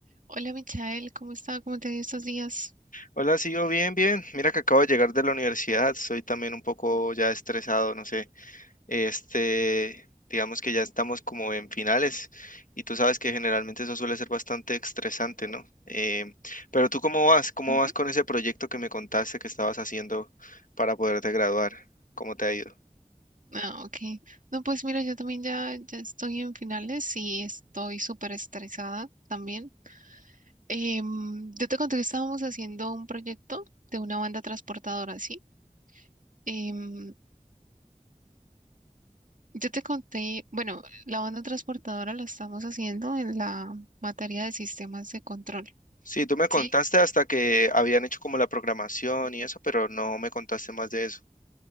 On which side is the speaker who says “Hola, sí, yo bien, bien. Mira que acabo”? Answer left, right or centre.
Left